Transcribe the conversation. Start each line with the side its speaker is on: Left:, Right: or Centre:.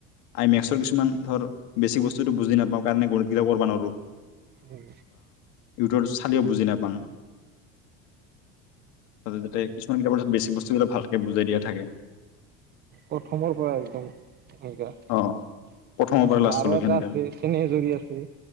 Left: আইমেক্সৰ কিছুমান ধৰ বেছি বস্তু বুজি নাপাওঁ কাৰণে কৰিম কিবা কৰবা নোৱাৰো
Right: উম
Left: ইউটৰ চালেও বুজি নেপাক যাতে কিছুমান কিতাপৰ বেছি বস্তুবিলাক ভালকে বুজাই দিয়া থাকে।
Right: প্ৰথমৰ পৰা একদম এনকা ভাল
Left: অ', প্ৰথমৰ পৰা লাষ্টলৈকে
Right: ভা আৰু এটা
Left: সেনেকা
Right: আছে চেনে এ জৰি আছে